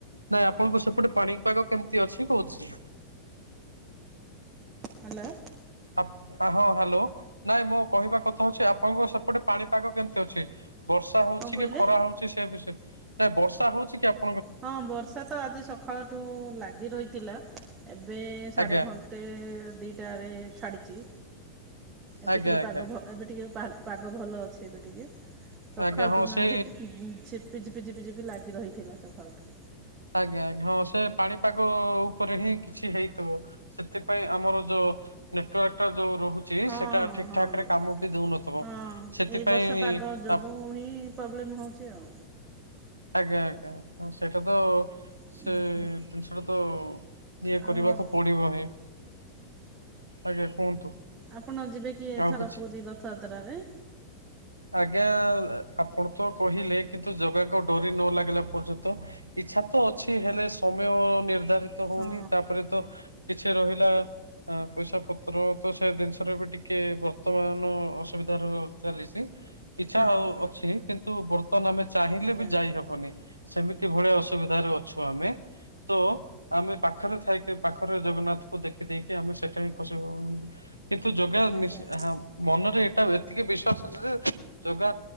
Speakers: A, on the right; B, on the right.
A: ନାଇଁ ଆପଣଙ୍କୁ ସେପଟେ ପାଣିପାଗ କେମିତି ଅଛି କହୁଛି।
B: ହ୍ୟାଲୋ।
A: ଆପ୍ ଆଁ ହଁ ହ୍ୟାଲୋ ନାଇଁ ମୁଁ କହିବା କଥା ହଉଛି ଆପଣଙ୍କ ସେପଟେ ପାଣିପାଗ କେମିତି ଅଛି। ବର୍ଷା ହୋଉଚି
B: କଣ କହିଲେ
A: କି ଖରା ହୋଉଚି ସେ ବିଷୟରେ ନାଇଁ ବର୍ଷା ହୋଉଚି କି ଆପ
B: ହଁ ବର୍ଷା ତ ଆଜି ସଖାଳଟୁ ଲାଗି ରହିଥିଲା ଏବେ ସାଢ଼େ
A: ଆଜ୍ଞା
B: ଘଣ୍ଟେ ଦିଇଟାରେ ଛାଡ଼ିଚି। ଏବେ
A: ଆଜ୍ଞା
B: ଟିକେ ପାଗ
A: ଆଜ୍ଞା
B: ଭ ଏବେ ଟିକେ ପାହାଲ ପାଗ ଭଲ ଅଛି ଏବେ ଟିକେ। ସଖାଳଠୁ
A: ଆଜ୍ଞା ହଁ
B: ନା
A: ସେ
B: ଝିପିଝିପି ଝିପିଝିପି ଝିପି ଝିପି ଲାଗି ରହିଥିଲା ସଖାଳଠୁ।
A: ଆଜ୍ଞା ଆଜ୍ଞା ହଁ ସେ ପାଣିପାଗ ଉପରେ ହିଁ କିଛି ହେଇଥିବ। ସେଥିପାଇଁ ଆମର ଯୋଉ ନେଟୱାର୍କ ଟା ଯୋଉ ରହୁ ଚି
B: ହଁ
A: ସେଟା
B: ହଁ
A: ଠିକ୍
B: ହଁ
A: ଠାକ୍ ରେ କାମ ବି ଦଉନଥିବ
B: ହଁ
A: ସେଥିପାଇଁ
B: ଏଇ ବର୍ଷା ପାଗ
A: ତା
B: ଯୋଗୁଁ ହିଁ ପ୍ରୋବ୍ଲେମ୍ ହଉଛି ଆଉ।
A: ଆଜ୍ଞା ଆଜ୍ଞା ଆଜ୍ଞା ସେଇଟା ତ
B: ଉଁ
A: ସେ
B: ହୁଁ।
A: ଜିନିଷଟା ତ ଇଏ
B: ଆଉ
A: କରିବାକୁ
B: ହୁଁ
A: ପଡି଼ବ ହିଁ। ଆଜ୍ଞା କୁହନ୍ତୁ।
B: ଆପଣ ଯିବେ କି ଏଥର
A: ଆଉ କିଛି
B: ପୁରୀ ରଥଯାତ୍ରାରେ।
A: ଆଜ୍ଞା ଆପଣ ତ କହିଲେ କିନ୍ତୁ ଜଗାକ ଡରି ନ ଲାଗିଲା ପର୍ଯ୍ୟନ୍ତ ଇଚ୍ଛା ତ ଅଛି ହେଲେ ସମୟ ନିର୍ଦ୍ଧାରିତ
B: ହଁ
A: ହଉନି ତାପରେ ତ କିଛି ରହିଲା ଆ ପଇସା ପତ୍ର ତ ସେ ଜିନିଷରେ ବି ଟିକେ ବର୍ତ୍ତମାନ ଅସୁବିଧାର ଚାଲିଛି। ଇଚ୍ଛା
B: ହଁ
A: ହଉ ଅଛି କିନ୍ତୁ ବର୍ତ୍ତମାନ ଆମେ ଚାହିଁଲେ
B: ଆଜ୍ଞା
A: ବି ଯାଇହବନି। ସେମିତି ଭଳି ଅସୁବିଧାରେ ଅଛୁ ଆମେ ତ ଆମେ ପାଖରେ ଥାଇକି ପାଖରେ ଜଗନ୍ନାଥଙ୍କୁ ଦେଖିଦେଇକି ଆମେ ସେଠା ହିଁ ଖୁସି କିନ୍ତୁ ଯୋଗା
B: ଆଜ୍ଞା
A: ନିଶି ହଁ ମନରେ ଏଇଟା ଏତିକି ବିଶ୍ଵାସ ଅଛି ଯେ ଜଗା